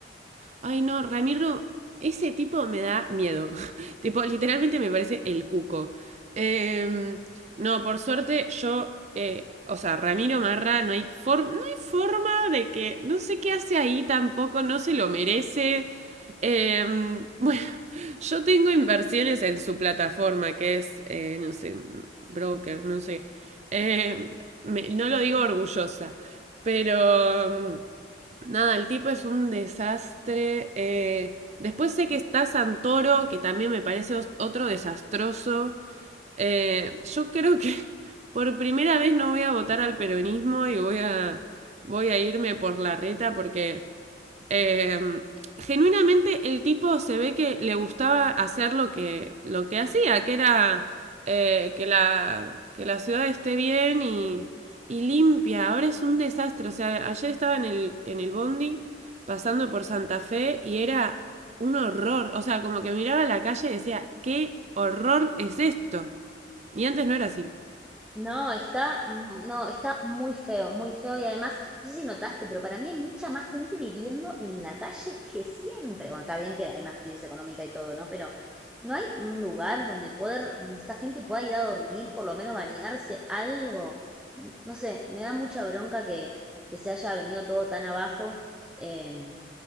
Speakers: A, on the right; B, in the centre.
A: Ay, no, Ramiro, ese tipo me da miedo. <laughs> tipo, literalmente me parece el cuco. Em, no, por suerte yo, eh, o sea, Ramiro Marra, no hay, for- no hay forma de que, no sé qué hace ahí tampoco, no se lo merece. Em, <laughs> bueno, yo tengo inversiones en su plataforma, que es, eh, no sé, broker, no sé. Em, me- no lo digo orgullosa, pero... em, Nada, el tipo es un desastre. eh, después sé que está Santoro, que también me parece otro desastroso. Eh, yo creo que <laughs> por primera vez no voy a votar al peronismo y voy a, voy a irme por la reta porque eh, genuinamente el tipo se ve que le gustaba hacer lo que, lo que hacía, que era eh, que, la, que la ciudad esté bien y, y limpia. Ahora es un desastre. O sea, ayer estaba en el, en el bondi pasando por Santa Fe y era un horror. O sea, como que miraba la calle y decía, ¿qué horror es esto? Y antes no era así.
B: No, está, mm, no, está muy feo, muy feo y además, no sé si notaste, pero para mí hay mucha más gente viviendo en la calle que siempre. Bueno, está bien que hay más crisis económica y todo, ¿no? Pero no hay un lugar donde poder, mm, esa gente pueda ir a dormir, por lo menos bañarse, algo. Mm, No sé, me da mucha bronca que, que se haya venido todo tan abajo. eh,